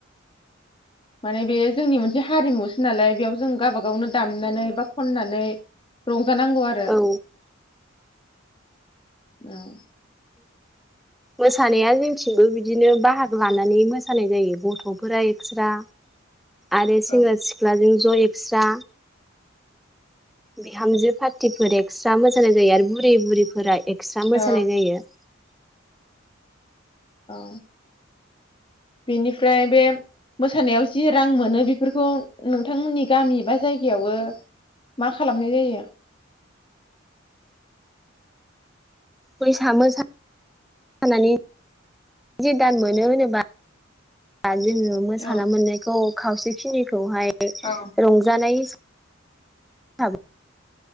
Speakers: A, on the left; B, in the centre.
A: माने बे जोंनि मोनसे हारिमुसो नालाय बेयाव जों गावाबा गावनो दामनानै बा खननानै रं नांगौ आरो
B: औ
A: औ
B: मोसानाया जोंथिंबो बिदिनो बाहागो लानानै मोसानाय जायो गथफोरा एक्स्रा आरो सेंग्रा
A: अ
B: सिख्लाजों ज‌ एक्स्रा बिहामजो फारटि फोर एस स्रा मोसानाय जायो आरो बुरै बुरिफोरा एक एकस्रा मोसानाय
A: औ
B: जायो
A: औ बेनिफ्राय बे मोसानायाव जि रां मोनो बेफोरखौ नोंथांमोननि गामि बा जायगायावबो मा खालामनाय जायो
B: फैसा मोसानानै जि दान मोनो होनोबा जोंङो मोसाना
A: औ
B: मोननायखौ खावसेखिनि एक खौहाय
A: औ
B: रंजानाय हाब